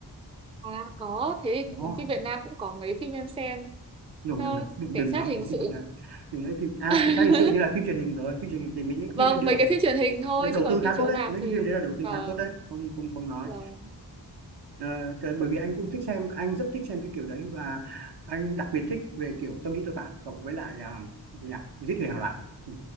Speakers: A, on the right; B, on the right.
A: À, có thế
B: Ồ,
A: phim Việt Nam cũng có mấy phim em xem
B: no, no,
A: Ờ,
B: no. đừng
A: cảnh
B: đừng
A: sát
B: nói
A: hình
B: về
A: sự
B: phim Việt Nam đừng nói phim à
A: <laughs>
B: cảnh sát hình sự thì là phim truyền hình rồi phim truyền hình thì mình những cái
A: vâng
B: phim đấy được
A: mấy cái phim truyền hình thôi
B: được đầu
A: chứ còn
B: tư
A: phim
B: khá
A: chiếu
B: tốt đấy
A: rạp
B: mấy
A: thì
B: cái phim đấy là đầu tư
A: vâng
B: khá tốt đấy không không không nói
A: vâng
B: Ờ, cái- bởi vì anh cũng thích xem anh rất thích xem cái kiểu đấy và anh đặc biệt thích về kiểu tâm lý tội phạm cộng với lại à, gì nhỉ? giết người hàng loạt ừ.